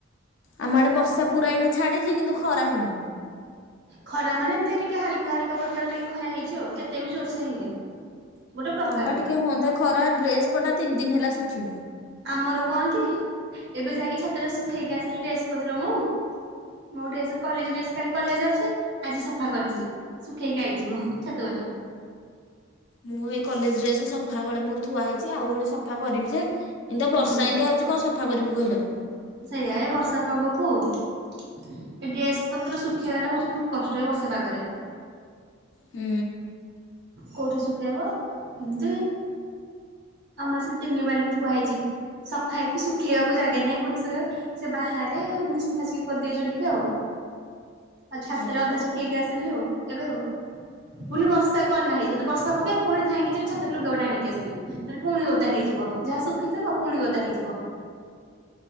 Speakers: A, on the left; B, on the right.
A: ଆମ ଆଡ଼େ ବର୍ଷା ପୁରା ଏନେ ଛାଡ଼ିଛି କିନ୍ତୁ ଖରା ହେଇନି।
B: ଖରା ମାନେ ଏମିତି ଟିକେ ହାଲକା ହାଲକା ପ୍ରକାର ଟିକେ ଖରା ହେଇଛି ଆଉ ଏତେ ବି ଜୋରସ ହେଇନି। ଗୋଟେ ପ୍ରକାର
A: ହଁ ବା ଟିକେ ହୁଅନ୍ତା ଖରା ଡ୍ରେସ ପଟା ତିନି ଦିନ ହେଲା ଶୁଖିନି।
B: ଆମର କଣ କି ଏବେ ଯାଇକି ଛାତଟା ଶୁଖେଇକି ଆସିଲି ଡ୍ରେସ ପତର ମୁଁ। ମୋ ଡ୍ରେସ କଲେଜ ଡେସ୍ କାଲି କଲେଜ ଅଛି ଆଜି ସଫା କଲିଛି। ଶୁଖେଇକି ଆଇଚି ମୁଁ ଛାତପରେ।
A: ମୁଁ ଏଇ କଲେଜ ଡ୍ରେସ ସଫା ହଳେ ମୋର ଥୁଆ ହେଇଚି ଆଉ ହଳେ ସଫା କରିବି ଯେ ଯୋଉ ବର୍ଷା
B: ହୁଁ।
A: ଏନ୍ତିଆ ହଉଛି କଣ ସଫା କରିବୁ କହିଲ?
B: ସେଇଆ ଏ ବର୍ଷା ପାଗକୁ ଏ ଡ୍ରେସ ପତ୍ର ଶୁଖେଇବା ଟା ହଉଛି ବହୁତ କଷ୍ଟରେ ବର୍ଷା ପାଗରେ।
A: ହୁଁ।
B: କୋଉଠି ଶୁଖେଇବ ଏମିତି ଆମର ସେ ତିନି ବାଲ୍ଟି ଥୁଆ ହେଇଛି। ସଫା ହେକି ଶୁଖେଇବାକୁ ଜାଗା ନାଇଁ କୋଉଠି ସୁଖେଇବ? ସେ ବାହାରେ ଏମତି ସୁଖାସୁଖି କରିଦେଇଚୁ ଟିକେ ଆଉ। ଆ ଛାତରେ
A: ହଁ
B: ଅଧା
A: ବା
B: ଶୁଖେଇକି ଆସିଲି ଆଉ ଏବେ ଆଉ ବୁଲି ବର୍ଷା କନାହିଁ ଯଦି ବର୍ଷା ପକେଇବ ପୁଣି ଧାଇଁକି ଯିବି ଛାତରେ ଲୁଗାପଟା ଆଣିକି ଆସିବି ତାପରେ ପୁଣି ଓଦା ହେଇଯିବ। ଯାହା ଶୁଖିଥିବ ପୁଣି ଓଦା ହେଇଯିବ।